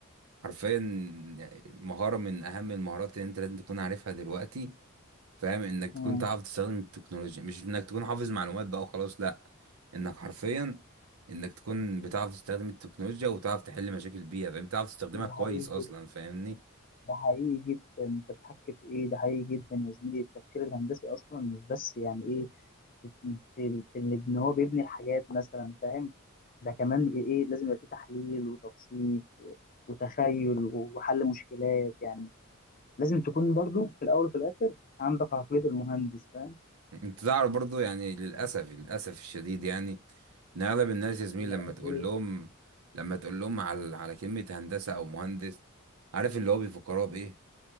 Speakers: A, on the right (about 90°); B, on the left (about 40°).
A: حرفيا مهاره من اهم المهارات اللي انت لازم تكون عارفها دلوقتي فاهم انك تكون
B: مم.
A: تعرف تستخدم التكنولوجيا مش انك تكون حافظ معلومات بقى وخلاص لا انك حرفيا انك تكون بتعرف تستخدم التكنولوجيا وتعرف تحل مشاكل البيئة فاهم تعرف تستخدمها
B: ده
A: كويس
B: حقيقي
A: اصلا فاهمني
B: ده حقيقي جدا انت بتحكي في ايه ده حقيقي جدا يا زميلي التفكير الهندسي اصلا مش بس يعني ايه في في في ان إن هو بيبني الحاجات مثلا فاهم ده كمان ايه إيه، لازم يبقى فيه تحليل وتبسيط و- وتخيل و- وحل مشكلات يعني لازم تكون برضو في الاول وفي الاخر عندك عقلية المهندس فاهم
A: انت تعرف برضو يعني للاسف للاسف الشديد يعني ان اغلب الناس يا زميلي
B: للأسف
A: لما تقول
B: إيه
A: لهم لما تقول لهم على على كلمة هندسة او مهندس عارف اللي هو بيفكروها بايه